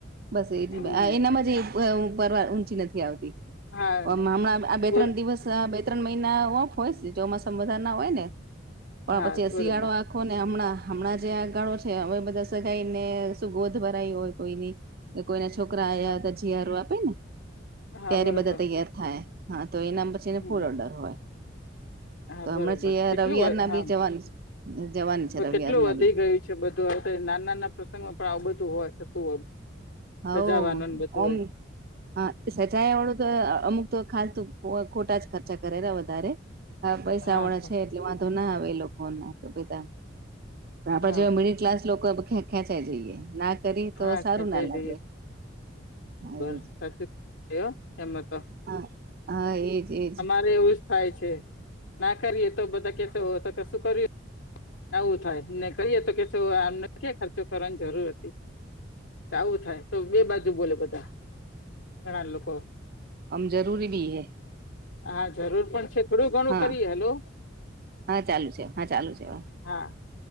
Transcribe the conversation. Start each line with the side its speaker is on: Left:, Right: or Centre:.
Right: બસ એટલી
Left: હમ
Right: એનામાં જ એ અ પરવા ઊંચી નથી આવતી.
Left: હા
Right: હમણાં આ બે-ત્રણ
Left: બોર
Right: દિવસ બે ત્રણ મહિના ઓફ હોય ચોમાસા વધારે ના હોય ને પણ
Left: હા
Right: પછી
Left: બરોબર
Right: શિયાળો આ આખો ને હમણાં હમણાં જે આ ગાળો છે હવે બધા સગાઈ ને શું ગોદ ભરાય હોય કોઈની. કે કોઈના છોકરા આવ્યા
Left: હા
Right: તો જીયારું આપે ને
Left: હા
Right: ત્યારે
Left: બરોબર
Right: બધા તૈયાર થાય. હા તો એના પછી
Left: હમ
Right: ફુલ ઓર્ડર હોય
Left: હા
Right: તો હમણાં
Left: બરોબર
Right: જે
Left: કેટલું
Right: રવિવારના
Left: હા
Right: બી જવાનું જવાની છે
Left: તો
Right: રવિવાર
Left: કેટલું
Right: ના
Left: વધી
Right: બી.
Left: ગયું બધું તો નાના પ્રસંગો પણ આવું બધું હોય થતું હોય.
Right: હોવ
Left: સજાવાનું ને બધું
Right: ઓમ
Left: હોય
Right: હા સ જાયા વાળું તો અમુક તો ખાસ તો ખોટા જ ખર્ચા કરેરા વધારે. હા પૈસા
Left: હા
Right: વાળા છે એટલે વાંધો ના આવે એ લોકો ને. પણ આપડા
Left: હા
Right: જેવા મિડલ ક્લાસ લોકો ખેંચાઈ જઈએ ના કરી તો
Left: હા
Right: સારું
Left: ખેંચાઈ
Right: ના લાગે
Left: જઈએ
Right: હા
Left: બર
Right: એજ
Left: સાચું છે હો એમાં તો
Right: હા હા એજ એજ
Left: અમારે એવુંજ થાય છે ના કરીએ તો બધા કેસે હો તો કશું કર્યું આવું થાય ને કરિએ તો કેસે ઓ આ ક્યા ખર્ચો કરવાની જરૂર હતી આવું થાય તો બે બાજુ બોલે બધા ઘણા લોકો
Right: અમ જરૂરી ભી હૈ.
Left: હા જરૂર પણ છે થોડું ઘણું
Right: હા
Left: કરીએ હલો
Right: હા ચાલુ છે હા ચાલુ છે હવે
Left: હા